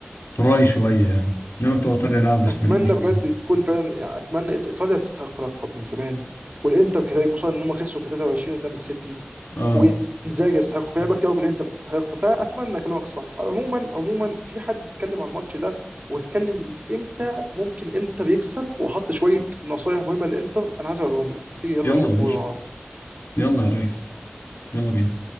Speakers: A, on the left; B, on the right.
A: تراي شويه يعني انما بتوع ايطاليا لا بسم
B: اتمنى
A: الله ما شاء
B: بجد
A: الله
B: تكون فعلا يعني اتمنى إيط- ايطاليا تستحق لقب من زمان والانتر كذلك خصوصا ان هم خسروا في 23 قدام السيتي
A: اه
B: وانزاجي يستحق في لعيبه كتير أوي في الانتر تستحق فاتمنى كلامك صح عموما عموما في حد اتكلم على الماتش ده واتكلم من امتى ممكن انتر يكسب وحط شويه نصايح مهمه للانتر انا عايز اقولهم لك هتيجي يلا
A: يلا
B: شوفوا
A: يا باشا
B: مع بعض
A: يلا يا ريس يلا بينا